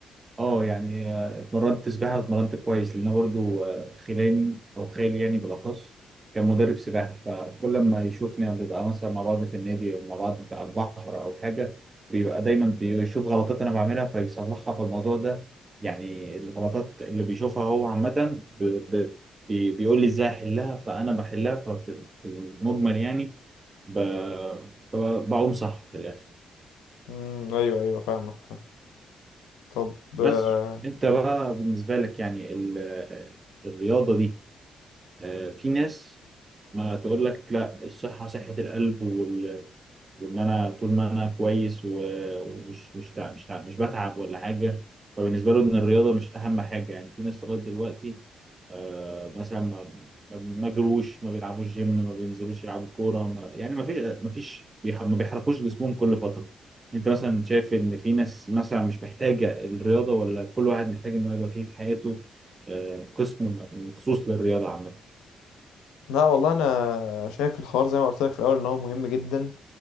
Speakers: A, on the right (about 35°); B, on the left (about 80°).
A: اه يعني آه، اتمرنت سباحه اتمرنت كويس لان أنا برضو آه، خلاني او خالي يعني بالاخص كان مدرب سباحه فكل ما يشوفني بنبقى مثلا مع بعض في النادي او مع بعض في على البحر او حاجه بيبقى دايما بيشوف غلطات انا بعملها فيصلحها في الموضوع ده يعني الغلطات اللي بيشوفها هو عامه ب- ب- بي- بيقول لي ازاي احلها فانا بحلها ففي المجمل يعني ب- ب- بقوم صح في الاخر
B: امم ايوه ايوه فاهمك فاهم طب
A: بس
B: آه،
A: انت بقى بالنسبة لك يعني ال- الرياضة دي آه، في ناس ما تقول لك لا الصحة صحة القلب وال... وان انا طول ما انا كويس و- ومش مش تع... مش تع... مش بتعب ولا حاجة فبالنسبة له ان الرياضة مش اهم حاجة يعني في ناس لغاية دلوقتي آه، مثلا ما ما ما جروش ما بيلعبوش جيم ما بينزلوش يلعبوا كورة ما... يعني ما فيش ما فيش بيح... ما بيحركوش جسمهم كل فترة انت مثلا شايف ان في ناس مثلا مش محتاجة الرياضة ولا كل واحد محتاج انه يبقى فيه في حياته آه، قسم مخصوص للرياضة عامة
B: لا والله انا شايف الحوار زي ما قلت لك في الاول ان هو مهم جدا